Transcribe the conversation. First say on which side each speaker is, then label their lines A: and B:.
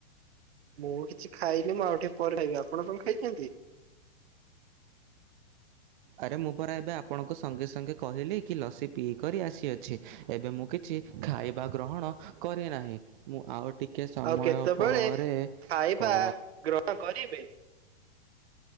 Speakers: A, on the right; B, on the right.
A: ମୁଁ କିଛି ଖାଇନି ମୁଁ ଆଉ ଟିକେ ପରେ ଖାଇବି ଆପଣ କଣ ଖାଇଛନ୍ତି?
B: ଆରେ ମୁଁ ପରା ଏବେ ଆପଣଙ୍କୁ ସଙ୍ଗେ ସଙ୍ଗେ କହିଲି କି ଲସି ପିଇ କରି ଆସିଅଛି ଏବେ ମୁଁ କି କିଛି ଖାଇବା ଗ୍ରହଣ କରି ନାହିଁ। ମୁଁ ଆଉ ଟିକେ ସମୟ
A: ଆଉ କେତେବେଳେ
B: ପରେ
A: ଖାଇବା
B: କ
A: ଗ୍ରହଣ କରିବେ।